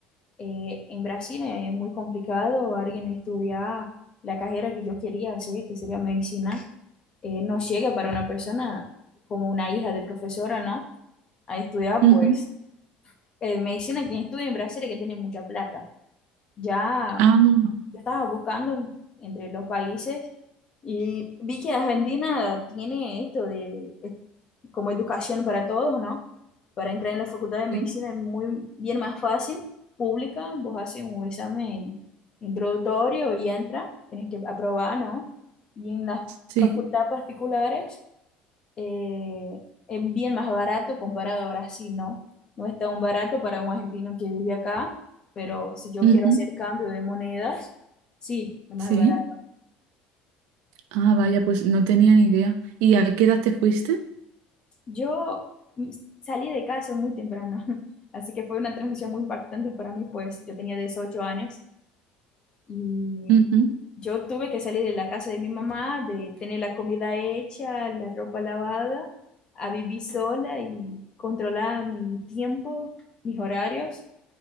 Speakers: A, on the left; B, on the right.
A: Eh, en Brasil es muy complicado alguien estudiar la carrera que yo quería hacer, que sería medicina. Eh, no llega para una persona como una hija de profesora, ¿no? Ahí estudiaba
B: Ujú.
A: pues eh, medicina, quien estudia en Brasil, hay que tiene mucha plata. Ya
B: Ah,
A: yo estaba buscando entre los países y vi que Argentina tiene esto de es como educación para todos, ¿no? Para entrar en la facultad de medicina
B: sí.
A: es muy bien más fácil, pública, vos haces un examen introductorio y entra, tienes que aprobar, ¿no? Y en las
B: Sí.
A: facultades particulares eh, es bien más barato comparado a Brasil, ¿no? No es tan barato para un argentino que vive acá, pero si yo
B: ujú,
A: quiero hacer cambio de monedas, sí, es más
B: Sí.
A: barato.
B: Ah, vaya, pues no tenía ni idea. ¿Y a qué edad te fuiste?
A: Yo mm, salí de casa muy temprano, <laughs> así que fue una transición muy impactante para mí, pues yo tenía 18 años y
B: Ujú,
A: yo tuve que salir de la casa de mi mamá, de tener la comida hecha, la ropa lavada, a vivir sola y controlar mi tiempo, mis horarios.